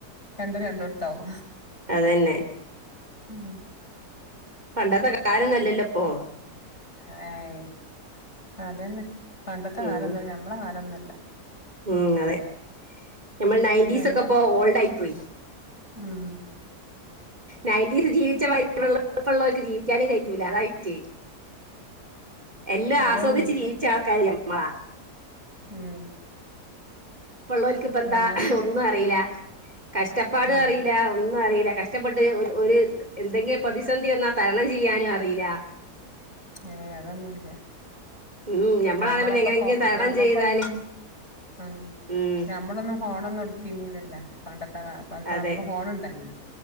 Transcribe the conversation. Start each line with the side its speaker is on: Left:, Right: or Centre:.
Left: രണ്ടും രണ്ടിടത്ത് ആവും.
Right: അതന്നെ
Left: ഉം
Right: പണ്ടത്തെ കാലം നല്ലല്ലോ ഓ
Left: ആയീ അതന്നെ പണ്ടത്തെ
Right: ഉം
Left: കാലംതന്നെ ഞമ്മളെ കാലൊന്നുല്ല
Right: ഉം അതെ ഞമ്മൾ നയൻ്റീസ്
Left: ഞമ്മളെ
Right: ഒക്കെ ഇപ്പോ ഓൾഡ് ആയി പോയി.
Left: ഉം
Right: നയൻറ്റീസ് ജീവിച്ച വയസുള്ളവർക്ക് ജീവിക്കാനും കഴിയൂ ല അതാവിറ്റ്എല്ലാം
Left: അതൊന്നുല്ല
Right: ആസ്വദിച്ച് ജീവീച്ച ആൾക്കാര് ഞമ്മളാ
Left: ഉം
Right: ഇപ്പോള്ളർക്ക് ഇപ്പ എന്താ
Left: ഞമ്മക്ക്
Right: ഒന്നും അറിയില്ല കഷ്ടപ്പാട്
Left: ഉം
Right: അറീല്ല ഒന്നും അറിയില്ല കഷ്ടപ്പെട്ട് ഒരു എന്തെങ്കിലും പ്രതിസന്ധി വന്നാ തരണം ചെയ്യാനും അറിയില്ല.
Left: എയ് അതൊന്നും ഇല്ല
Right: ഉം ഞമ്മളാണെ
Left: ഞമ്മളൊക്കെ
Right: പിന്നെ എങ്ങനെങ്കിലും
Left: പോ
Right: തരണം
Left: ഞമ്മക്കൊന്നും
Right: ചെയ്താല്
Left: ഉം
Right: ഉം
Left: ഞമ്മളൊന്നും ഫോണൊന്നും എടുത്തന്നീലല്ല പണ്ടത്തെ കാലത്ത്
Right: അതെ
Left: നമുക്ക് ഫോണ ഉണ്ടായിന്ന്